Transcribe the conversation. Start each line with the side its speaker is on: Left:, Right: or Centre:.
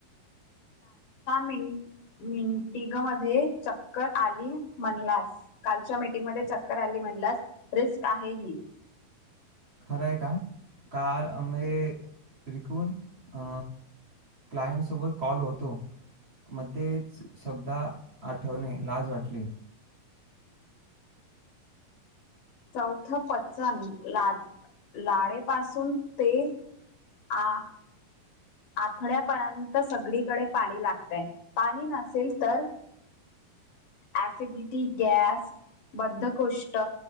Left: मिटिंगमध्ये चक्कर आलीस कालच्या मिटिंगमध्ये चक्कर आली म्हनलास रिस्क आहे ही
Right: खरं आहे का? काल आम्ही रिकून अ क्लायंटसोबत कॉल होतो. मध्येच शब्दा आठवणे लाज वाटली.
Left: चौथं पचन ला लाळेपासून ते आ आथड्यापर्यंत सगळीकडे पाणी लागतय. पाणी नसेल तर ऍसिडिटी, गॅस बद्धकोष्ट